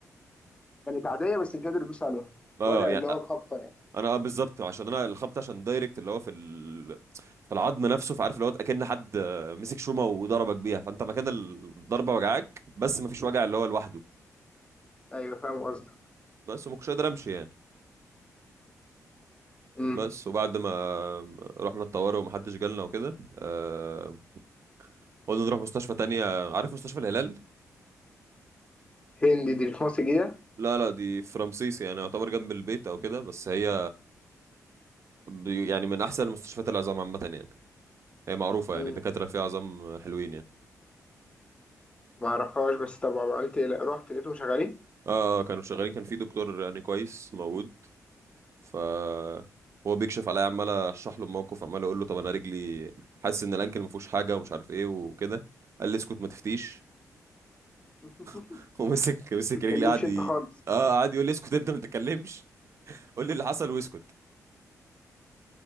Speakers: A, on the left (about 15°); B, on the right (about 45°).
A: كانت عادية بس مش قادر تدوس عليها
B: اه
A: وجع
B: يعني
A: اللي هو الخبطة يعني
B: انا اه بالظبط عشان انا الخبط عشان دايركت اللي هو في ال... في العظم نفسه فعارف اللي هو اكن حد آه، مسك شومه وضربك بيها فانت مكان الضربه وجعاك بس ما فيش وجع اللي هو لوحده
A: ايوه فاهم قصدك
B: بس وما كنتش قادر امشي يعني
A: امم
B: بس وبعد ما رحنا الطوارئ ومحدش جالنا وكده آه... قلنا نروح مستشفى تانية عارف مستشفى الهلال
A: هندي دي في مصر جديدة؟
B: لا لا دي في رمسيس يعني يعتبر جنب البيت او كده بس هي بي- يعني من احسن المستشفيات العظام عامه يعني هي معروفه
A: امم
B: يعني الدكاتره فيها عظام حلوين يعني
A: ما اعرفهاش بس طبعا عملت إيه؟ لا، رحت لقيتهم شغالين
B: اه آه، كانوا شغالين كان في دكتور يعني كويس موجود ف هو بيكشف عليا عمال اشرح له الموقف عمال اقول له طب انا رجلي حاسس ان الانكل ما فيهوش حاجه ومش عارف ايه وكده قال لي اسكت ما تفتيش
A: <laughs> ما
B: <laughs> ومسك مسك
A: تتكلمش
B: رجلي قعد
A: انت
B: ي...
A: خالص
B: اه قعد يقول لي اسكت انت ما تتكلمش قول لي اللي حصل واسكت